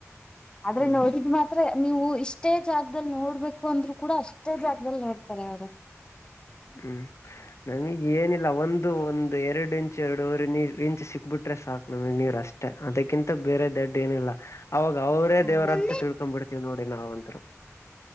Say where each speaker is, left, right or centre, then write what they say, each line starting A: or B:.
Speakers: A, on the left; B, on the left.
A: ಆದ್ರೆ
B: ಹ್ಮ್
A: ನೋಡಿದ್ ಮಾತ್ರ ನೀವು ಇಷ್ಟೇ ಜಾಗದಲ್ಲಿ ನೋಡ್ಬೇಕು ಅಂದ್ರು ಕೂಡ ಅಷ್ಟೇ ಜಾಗದಲ್ಲಿ ನೋಡ್ತಾರೆ ಅವ್ರು
B: ಹ್ಮ್ ನಮಿಗ್ ಏನಿಲ್ಲ ಒಂದು ಒಂದು ಎರಡು ಇಂಚ್ ಎರಡುವರ್ ನೀರ್ ಕಿಂಚ್ ಸಿಕ್ಬಿಟ್ರೆ ಸಾಕ್ ನಮಗ್ ನೀರ್ ಅಷ್ಟೇ ಅದಕ್ಕಿಂತ ಬೇರೆ ದೊಡ್ ಏನಿಲ್ಲ ಅವಾಗ ಅವ್ರೇ
A: ಹಾ
B: ದೇವ್ರ್ ಅಂತ್ ತಿಳ್ಕೊಂಡ್ ಬಿಡ್ತೀವಿ ನೋಡಿ ನಾವಂತೃ